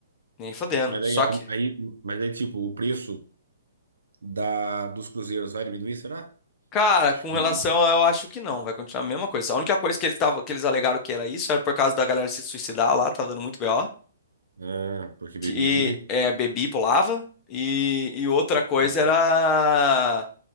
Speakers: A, on the left; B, on the right.
A: Nem fodendo.
B: Mas aí,
A: Só
B: ao-
A: que.
B: aí, mas aí, tipo, o preço da, dos cruzeiros vai diminuir, será?
A: Cara,
B: Acho
A: com
B: que
A: relação
B: não.
A: a, eu acho que não, vai continuar a mesma coisa. A única coisa que eles tavam, que eles alegaram que era isso era por causa da galera se suicidar lá, tava dando muito BO.
B: né? Ah, porque bebia
A: E
B: muito?
A: é, bebi, pulava. E, e outra coisa
B: Ah, um pouco.
A: era